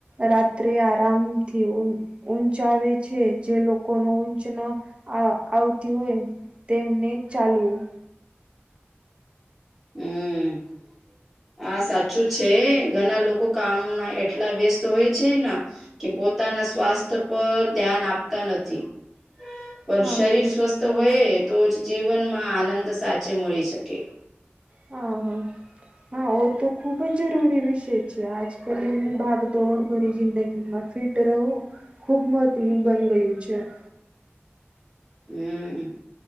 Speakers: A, on the right; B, in the centre.
A: રાત્રે આરામથી ઊંચ આવે છે જે લોકોનો ઊંચન આવતી હોય તેમને ચાલવું
B: હમ. હા સાચું છે ઘના લોકો કામના એટલા વ્યસ્ત હોય છે ન કે પોતાના સ્વાસ્થ્ય પર ધ્યાન આપતા નથી. પણ
A: હા
B: શરીર સ્વસ્થ હોય તોજ જીવનમાં આનંદ સાચે મળી શકે.
A: હ હા. એ તો ખૂબજ જરૂરી વિષય છે આજકલ એની ભાગ દોડ ભરી જિંદગીમાં ફિટ રહવુ ખૂબ મહત્ત્વનું બની ગયું છે.
B: હમ.